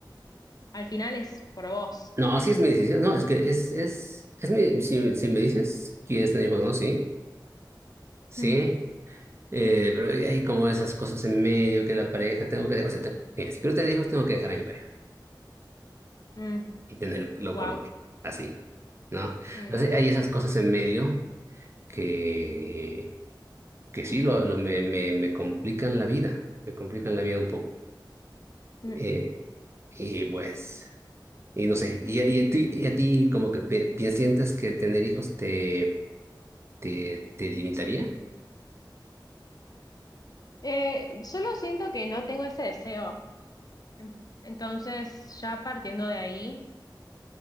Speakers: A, on the left; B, on the right.
A: Al final es por vos.
B: No, sí es mi decisión. No, es que es, es, es mi, si, si me dices, quieres tener hijos, no, sí, sí.
A: Mm,
B: Eh, pero hay como esas cosas en medio que la pareja tengo que, o sea, te- mira, si quiero tener hijos, tengo que dejar a mi pareja
A: mm,
B: y tenerlo
A: wow.
B: con otro, así, ¿no?
A: mm,
B: Entonces hay esas cosas en medio que, que sí lo, lo- me, me, me complican la vida, me complican la vida un poco.
A: mm.
B: Eh, y pues, y no sé, y, a- y a ti, y a ti como que pi- pi- sientes que tener hijos te, te, te limitaría?
A: Eh, solo siento que no tengo ese deseo. En- Entonces, ya partiendo de ahí,